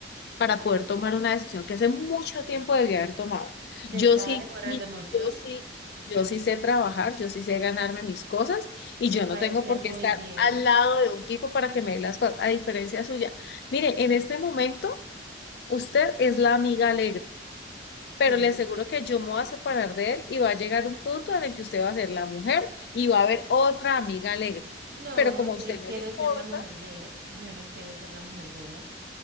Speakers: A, on the left (about 60°); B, on the right (about 55°).
A: para poder tomar una decisión que hace mucho tiempo debía haber tomado.
B: Te
A: Yo
B: estaba
A: sí,
B: demorando
A: mire,
B: mucho.
A: yo sí, yo sí sé trabajar, yo sí sé ganarme mis cosas y
B: Me
A: yo no
B: parece
A: tengo por
B: muy
A: qué estar
B: bien,
A: al lado de un tipo para que me dé las cosas, a diferencia suya. Mire, en este momento, usted es la amiga alegre pero
B: sí.
A: le aseguro que yo me voy a separar de él y va a llegar un punto en el que usted va a ser la mujer y va a haber otra amiga alegre.
B: No,
A: Pero como
B: yo
A: a usted
B: no
A: no
B: quiero
A: le importa,
B: ser la mujer de él. Yo no quiero ser la mujer de él.